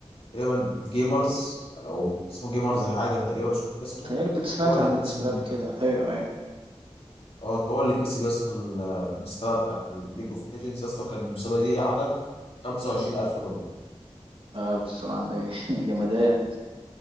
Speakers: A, on the left; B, on the right.
A: تقريبا جيمرز او اسمه جيمرز حاجة تقريبا مش فاكر اسمه
B: تهيألي كنت سمعت
A: هو اللي
B: عن الاسم
A: كسب
B: ده قبل كده ايوه ايوه
A: هو هو اللي كسب يا اسطى ال- المسابقة بتاعت الليج اوف ليجندز يا اسطى كان المسابقة دي على 25000
B: امم
A: دولار
B: آه بالصلاة على النبي <laughs> جمدان